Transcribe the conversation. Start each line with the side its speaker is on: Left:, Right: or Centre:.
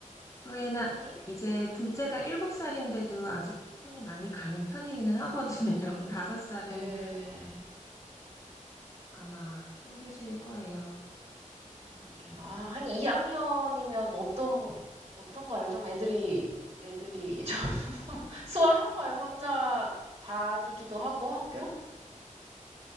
Left: 저희는
Right: 아니,
Left: 이제 둘째가 일곱 살인데도 아직 손이 많이 가는 편이기는 하거든요. <laughs> 다섯 살은
Right: 예.
Left: 아마 힘드실 거예요.
Right: 그러게요. 아, 한 2학년이면 어떤, 어떤가요? 좀 애들이, 애들이 좀 <laughs> 수월한가요? 혼자 다니기도 하고 학교?